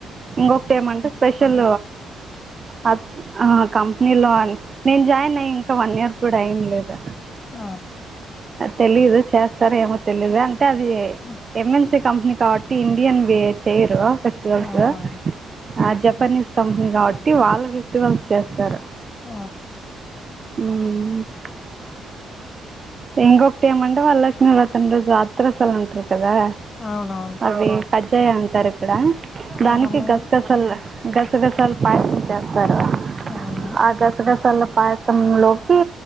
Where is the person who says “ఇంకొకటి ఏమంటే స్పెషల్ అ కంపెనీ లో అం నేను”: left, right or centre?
Right